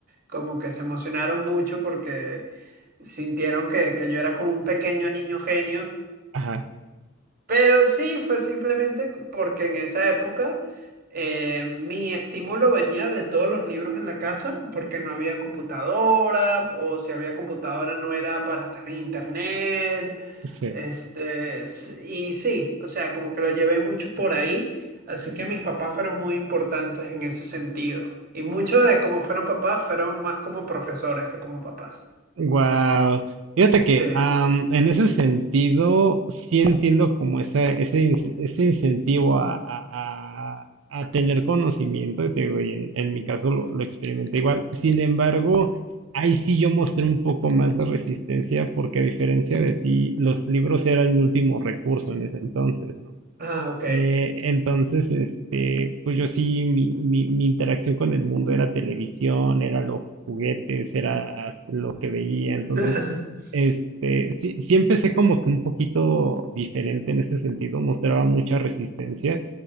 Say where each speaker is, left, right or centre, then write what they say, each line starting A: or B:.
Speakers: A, on the right (about 45°); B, on the right (about 75°).
A: como que se emocionaron mucho porque sintieron que, que yo era como un pequeño niño genio
B: ajá,
A: pero sí, fue simplemente c- porque en esa época eh, mi estímulo venía de todos los libros en la casa, porque no había computadora, o si había computadora no era para estar en internet,
B: sí.
A: este, s- y sí, o sea, como que lo llevé mucho por ahí, así que mis papás fueron muy importantes en ese sentido. Y mucho de cómo fueron papás fueron más como profesores que como papás.
B: Wow. Fíjate que
A: Sí.
B: am, en ese sentido sí entiendo como ese, ese, in- ese incentivo a, a, a- a tener conocimiento, y te digo, y en, en mi caso lo, lo experimenté igual. Sin embargo, ahí sí yo mostré un poco más de resistencia porque a diferencia de ti, los libros eran mi último recurso en ese entonces, ¿no?
A: Ah, ok.
B: Eh, entonces, este, pues yo sí, mi, mi, mi interacción con el mundo era televisión, era los juguetes, era lo que veía. Entonces,
A: <laughs>
B: este, sí, sí empecé como que un poquito diferente en ese sentido, mostraba mucha resistencia,